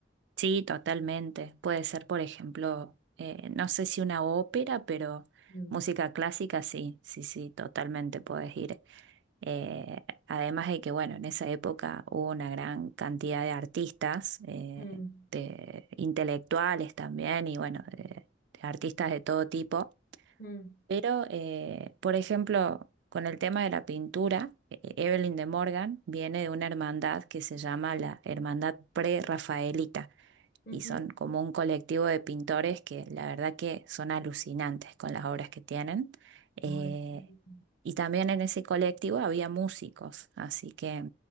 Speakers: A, on the right; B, on the left.
A: Sí, totalmente. Puede ser, por ejemplo, eh, no sé si una ópera, pero
B: Mm,
A: música clásica, sí, sí, sí, totalmente puedes ir. Eh, además de que, bueno, en esa época hubo una gran cantidad de artistas, eh,
B: mm,
A: de intelectuales también, y bueno, de, de artistas de todo tipo.
B: mm,
A: Pero, eh, por ejemplo, con el tema de la pintura, eh, Evelyn de Morgan viene de una hermandad que se llama la Hermandad Prerrafaelita
B: ujú.
A: y son como un colectivo de pintores que la verdad que son alucinantes con las obras que tienen. Eh,
B: Ay, qué lindo.
A: y también en ese colectivo había músicos, así que